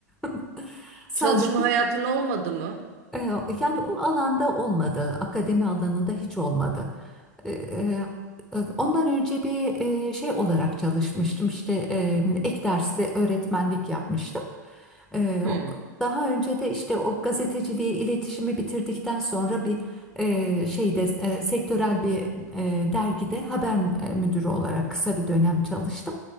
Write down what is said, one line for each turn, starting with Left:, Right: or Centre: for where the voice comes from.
Centre: <laughs> Sadece
Right: Çalışma hayatın olmadı mı?
Centre: E, Yani o alanda olmadı, akademi alanında hiç olmadı. E, e, Ondan önce bir e, şey olarak çalışmıştım, işte e, ek dersli öğretmenlik yapmıştım. E,
Right: Hmm.
Centre: Daha önce de işte o gazeteciliği, iletişimi bitirdikten sonra bir e, şeyde e, sektörel bir e, dergide haber müdürü olarak kısa bir dönem çalıştım.